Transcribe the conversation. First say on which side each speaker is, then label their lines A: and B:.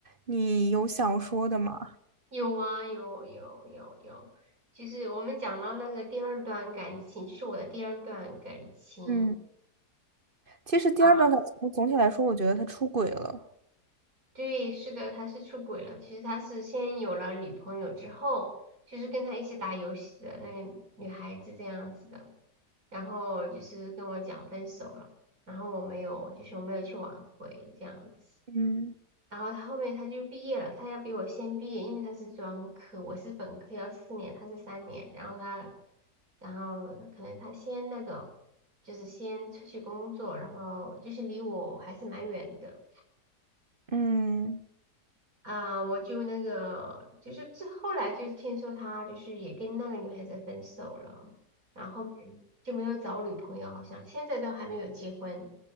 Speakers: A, on the right (about 35°); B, on the right (about 60°).
A: 你有想说的吗？
B: 有啊，有有有有，就是我们讲到那个第二段感情，就是我的第二段感情
A: 嗯，其实第二段感情总体来说，
B: 啊，
A: 我觉得他出轨了。
B: 对，是的，他是出轨了。其实他是先有了女朋友之后，就是跟他一起打游戏的那个女孩子这样子的，然后就是跟我讲分手了，然后我没有，就是我没有去挽回这样子。
A: 嗯
B: 然后他后面他就毕业了，他要比我先毕业，因为他是专科，我是本科要四年，他是三年，然后他，然后可能他先那个，就是先出去工作，然后就是离我还是蛮远的
A: 嗯，
B: 啊，我就那个，就是这后来就听说他就是也跟那个女孩子分手了，然后就没有找女朋友，好像现在都还没有结婚。